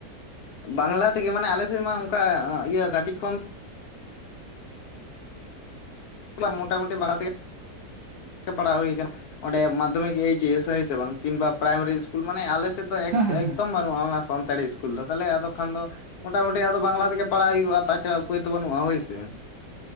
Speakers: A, on the left; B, on the right.
A: ᱵᱟᱝᱞᱟ ᱛᱮᱜᱮ ᱢᱟᱱᱮ ᱟᱞᱮᱥᱮᱫ ᱢᱟ ᱚᱝᱠᱟ ᱤᱭᱟᱹ ᱠᱟᱹᱴᱤᱡ ᱠᱷᱚᱱ ᱢᱚᱴᱟ-ᱢᱩᱴᱤ ᱵᱟᱦᱟ ᱛᱮᱜᱮ ᱯᱟᱲᱦᱟᱣ ᱦᱩᱭ ᱠᱟᱱᱟ ᱚᱸᱰᱮ ᱢᱟᱫᱷᱚᱢᱤᱠ ᱮᱭᱤᱪᱮᱥ ᱦᱳᱭ ᱥᱮ ᱵᱟᱝ ᱠᱤᱢᱵᱟ ᱯᱨᱟᱭᱢᱟᱨᱤ ᱤᱥᱠᱩᱞ ᱢᱟᱱᱮ ᱟᱞᱮ ᱥᱮᱫ ᱫᱚ ᱮᱠ
B: ᱦᱮᱸ ᱦᱮᱸ
A: ᱮᱠᱫᱚᱢ
B: ᱦᱮᱸ
A: ᱵᱟᱹᱱᱩᱜᱼᱟ ᱚᱱᱟ ᱥᱟᱱᱛᱟᱲᱤ ᱤᱥᱠᱩᱞ ᱫᱚ ᱛᱟᱦᱚᱞᱮ ᱟᱫᱚ ᱠᱷᱟᱱ ᱫᱚ ᱢᱚᱴᱟ-ᱢᱩᱴᱤ ᱟᱫᱚ ᱵᱟᱝᱞᱟ ᱛᱮᱜᱮ ᱯᱟᱲᱦᱟᱜ ᱦᱩᱭᱩᱜᱼᱟ ᱛᱟᱪᱷᱟᱲᱟ ᱩᱯᱟᱹᱭ ᱫᱚ ᱵᱟᱹᱱᱩᱜᱼᱟ ᱦᱳᱭ ᱥᱮ᱾